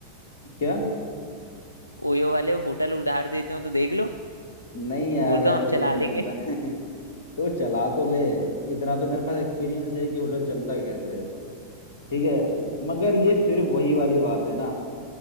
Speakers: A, on the left; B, on the left.
A: क्या
B: ओयो वाले होटल उधार देते हो तो देख लो
A: नहीं यार
B: बोल
A: ऐसा
B: दो हम
A: कुछ
B: चला
A: नहीं
B: लेंगे
A: होता <laughs> तो चला तो ले इतना तो मेरे पास एक्सपीरियंस है कि होटल चलता कैसे है ठीक है मगर ये फिर वही वाली बात है ना